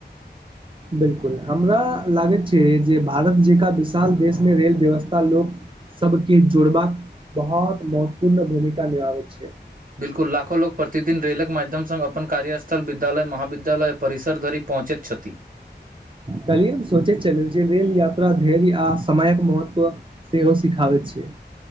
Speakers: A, on the right; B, on the right.
A: बिलकुल हमरा लागैत छै जे भारत जेकाँ विशाल देशमे रेल व्यवस्था लोक सबके जोड़बाक बहुत महत्वपूर्ण भूमिका निभाबैत छै
B: बिल्कुल लाखोग प्रतिदिन रेलक माध्यम सङ् अपन कार्यस्थल विद्यालय महाविद्यालय आ परिसर धरि पहुँचैतिछथि
A: कलियम सोचे चले जे रेल याता धैर्य आ समयक महत्व से हो। दखाबैत छै